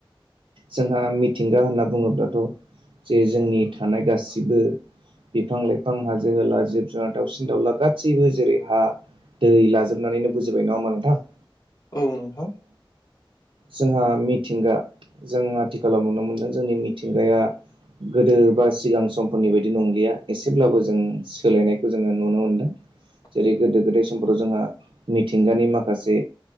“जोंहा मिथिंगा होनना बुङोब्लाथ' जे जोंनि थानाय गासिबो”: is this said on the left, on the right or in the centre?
Right